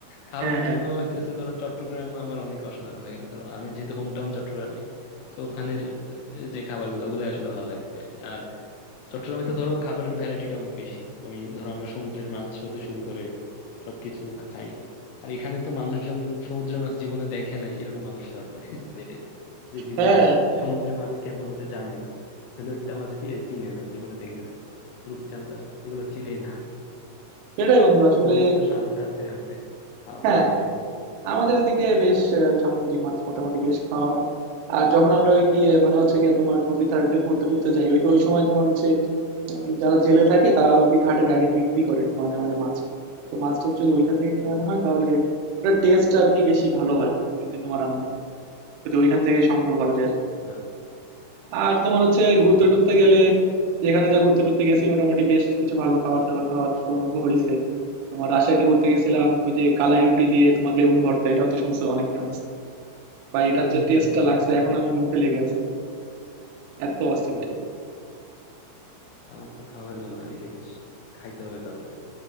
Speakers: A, on the left; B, on the right.
A: খাবারের
B: হ্যাঁ হ্যাঁ
A: জন্য হইতেছে ধরো চট্টগ্রাম আমার অনেক অসাধারণ লাগে ধরো আমি যেহেতু হোম টাউন চট্টগ্রামে তো ওখানের যে খাবারগুলো ওগুলাই আসলে ভালো লাগে আর কি আর চট্টগ্রামে তো ধরো খাবারের ভ্যারাইটিটা অনেক বেশি তুমি ধরো আমরা সমুদ্রের মাছ হতে শুরু করে সবকিছু খাই আর এখানে তো মানুষজন সমুদ্রের মাছ জীবনে দেখে নাই এরকম মানুষরা আছে সিলেটে যে জীবনে
B: হ্যাঁ
A: সমুদ্রের মাছ কেমন এটা জানে না লোট্টা মাছ কি চিনে না জীবনে দেখে নাই রূপচাঁদা এগুলো চিনে না
B: সেটাই বন্ধু আসলে
A: তোমাদের তো সাগর কাছে আছে খাওয়া
B: হ্যাঁ
A: দাওয়া হয় আই গেস
B: আমাদের এদিকে বেশ আহ, সামুদ্রিক মাছ মোটামুটি বেশ খাওয়া হয় আর যখন আমরা ওই কি আহ, মানে হচ্ছে গিয়ে তোমার নদী ধারে ঘুরতে টুরতে যাই ওই ওই সময় তোমার হচ্ছে উম, যারা জেলে থাকে তারা আর কি ঘাটে ডাইরেক্ট বিক্রি করে মাঝে মাঝে মাছ তো মাছটা যদি ওইখান থেকে কিনে আনা হয় তাহলে ওটার টেস্ট আর কি বেশি ভালো হয় যদি তোমার রান্না যদি ওইখান থেকে সংগ্রহ করা যায় আর কি
A: হ্যাঁ
B: আর তোমার হচ্ছে ঘুরতে
A: ও আচ্ছা
B: টুরতে গেলে যেখানে যা ঘুরতে টুরতে গেছি মোটামুটি বেশ কিছু ভালো খাবার দাবার খাওয়ার সৌভাগ্য হয়েছে তোমার রাজশাহীতে ঘুরতে গেছিলাম ওই যে কালাই রুটি দিয়ে তোমার বেগুন ভর্তা এটাও তো শুনছো অনেক ফেমাস ভাই এটার
A: হম
B: যে টেস্টটা
A: হম হম
B: লাগছে
A: শুনছি
B: এখন আমার মুখে লেগে আছে এত অস্থির
A: কি
B: টেস্ট
A: বলবো আমার তো খাওয়া হলো না এই জিনিস খাইতে হবে তাহলে